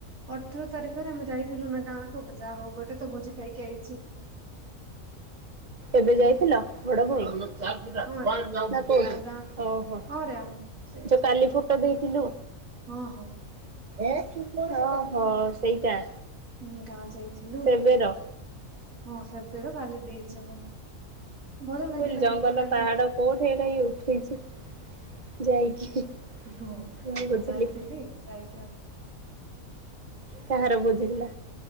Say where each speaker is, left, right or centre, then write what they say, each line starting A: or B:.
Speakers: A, on the right (about 75°); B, on the right (about 40°).
A: ଅଠର ତାରିଖରେ ଆମେ ଯାଇଥିଲୁ ନା ଗାଁକୁ ଯାହା ହଉ ଗୋଟେ ତ ଭୋଜି ଖାଇକି ଆଇଛି।
B: ଏବେ ଯାଇଥିଲ <unintelligible> <unintelligible>
A: ହଁ ରେ ଆମ ଗାଁ
B: ଓ ହୋ
A: ହଁ ରେ ଆମ ସେ
B: ଯୋ କାଲି ଫୋ ଟୋ ଦେଇଥିଲୁ
A: ହଁ ହଁ।
B: ଓହୋ ସେଇଟା।
A: ଉଁ ଗାଁ ଯାଇଥିଲୁ
B: ସେବେର
A: ହଁ ସେବେର କାଲି ଦେଇଛି ମୁଁ। ଭଲ ଲାଗିଲା
B: ଫୁଲ ଜଙ୍ଗଲ
A: ଗୀତ କାଲି
B: ପାହାଡ କୋଉଠ ଏଇଟା ଇଏ ଉଠେଇଛି ଯାଇକି ମୁ
A: ହଁ
B: କଥିଲି
A: ଯାଇଥିଲି ଯାଇକି ଆଉ
B: କାହାର ବୁଝିଥିଲା